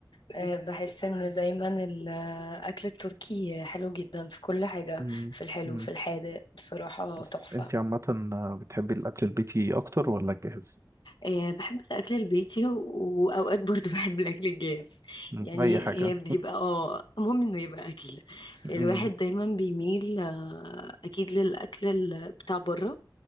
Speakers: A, on the left (about 85°); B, on the right (about 40°).
A: آه، <laughs> بحس ان دايما الاكل التركي حلو جدا في كل حاجه
B: مم.
A: في الحلو
B: مم.
A: في الحادق بصراحه
B: بس
A: تحفه
B: انتي عامه بتحبي الاكل البيتي اكتر ولا الجاهز
A: آه، بحب الأكل البيتي <laughs> و- وأوقات برضو بحب الأكل الجاف
B: مم.
A: يعني
B: أي حاجة
A: هي بيبقى اه المهم إنه يبقى أكل
B: مم.
A: الواحد دايما بيميل آه، أكيد للأكل ال- بتاع بره